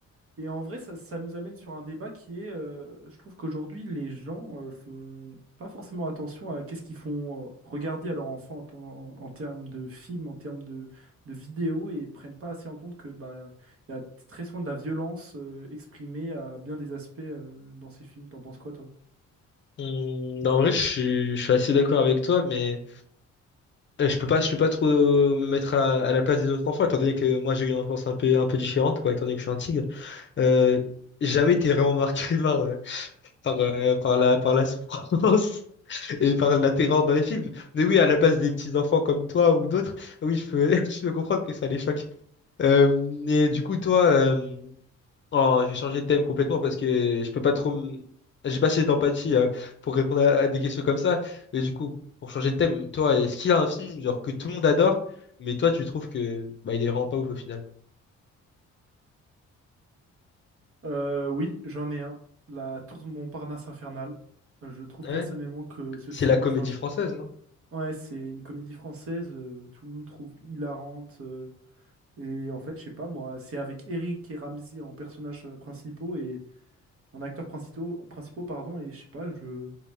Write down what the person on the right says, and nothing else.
Et en vrai, ça, ça nous amène sur un débat qui est, euh, je trouve qu'aujourd'hui, les gens euh, font pas forcément attention à qu'est-ce qu'ils font euh, regarder à leurs enfants en, ton- en termes de films, en termes de, de vidéos, et prennent pas assez en compte que bah, il y a très souvent de la violence euh, exprimée à bien des aspects euh, dans ces films. T'en penses quoi, toi?
Euh, oui, j'en ai un. La Tour de Montparnasse infernale. Euh, Je trouve
personnellement que ce
film,
enfin, je-
ouais, c'est une comédie française. euh, tout le monde trouve hilarante. Et en fait, je sais pas, moi, c'est avec Eric et Ramzy en personnages euh, principaux et en acteurs principaux, principaux, pardon, et je sais pas, je,